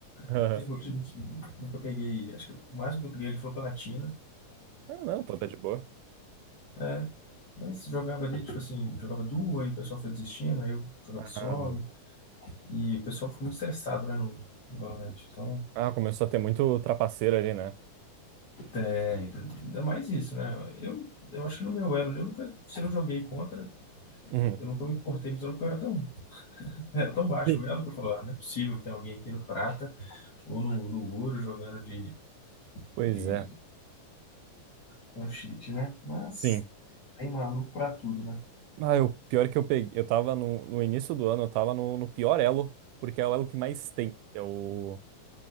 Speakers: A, on the right; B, on the left.
A: <laughs>
B: Até hoje eu nu- nunca peguei. Acho que o máximo que eu peguei ele foi platina,
A: Ah, não, pô, tá de boa.
B: né? Mas jogava ali, tipo assim, jogava duo, aí o pessoal foi desistindo, aí eu jogava
A: Ah,
B: solo,
A: bom.
B: e o pessoal ficou muito estressado, né, no, no Valorant. Então.
A: Ah, começou a ter muito trapaceiro ali, né?
B: Tem, ainda mais isso, né? Eu, eu acho que no meu elo ali, eu nunca, se eu joguei contra,
A: Uhum.
B: eu nunca me importei mas eu não, porque eu era tão, era tão baixo
A: Sim.
B: o elo que eu falava, ah, não é possível que tenha alguém aqui no prata ou no, no ouro jogando de,
A: Pois
B: de
A: é.
B: com cheat, né? Mas
A: Sim.
B: tem maluco pra tudo, né?
A: Ah, o pior é que eu peguei. Eu tava no, no início do ano, eu tava no, no pior elo, porque é o elo que mais tem, que é o,